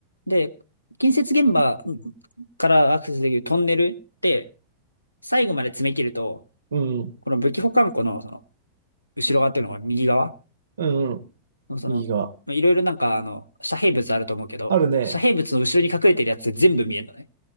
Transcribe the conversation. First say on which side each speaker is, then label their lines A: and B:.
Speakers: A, on the left; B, on the right.
A: で、建設現場からアクセスできるトンネルって、最後まで詰め切ると、
B: うんうん。
A: この武器保管庫の、その後ろ側っていうのが右側
B: うんうん。
A: の、その、
B: 右側
A: まあいろいろなんか、あの、遮蔽物あると思うけど、
B: あるね。
A: 遮蔽物の後ろに隠れてるやつ全部見えるのね。